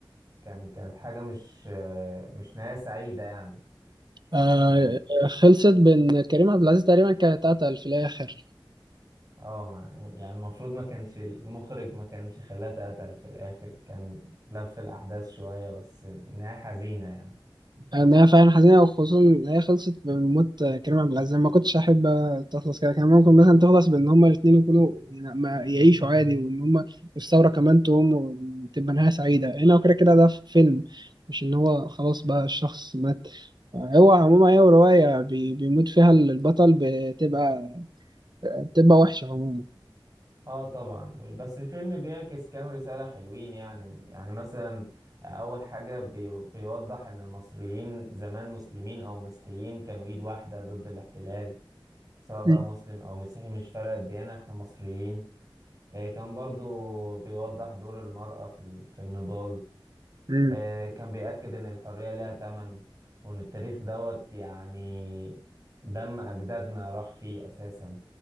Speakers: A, on the right (about 40°); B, on the right (about 55°).
A: كان كانت حاجة مش آه، مش نهاية سعيدة يعني
B: آه،
A: يعني
B: خلصت بان كريم عبد العزيز تقريبا كان اتقتل في الاخر
A: اه ما- يعني المفروض ما كانش المخرج ما كانش خلاها اتقتل في الاخر كان لف الاحداث شوية بس نهاية حزينة يعني
B: انا فعلا حزينه وخصوصا ان هي خلصت بموت كريم عبد العزيز ما كنتش احب تخلص كده كان ممكن مثلا تخلص بان هما الاثنين يكونوا يعني ما يعيشوا عادي وان هما الثوره كمان تقوم وتبقى نهايه سعيده هنا وكده كده ده في فيلم مش ان هو خلاص بقى الشخص مات هو عموما هي روايه بي- بيموت فيها البطل بتبقى بتبقى وحشه عموما
A: اه طبعا بس الفيلم بيعكس كام رسالة حلوين يعني يعني مثلا اول حاجة بي- بيوضح ان المصريين زمان مسلمين او مسيحيين كانوا ايد واحدة ضد الاحتلال سواء بقى
B: مم.
A: مسلم أو مسيحي مش فارقة الديانة احنا مصريين آه، كان برضو بيوضح دور المرأة في ال- في النضال
B: مم.
A: آه، كان بيأكد إن الحرية لها تمن وإن التاريخ دوت يعني دم أجدادنا راح فيه أساسا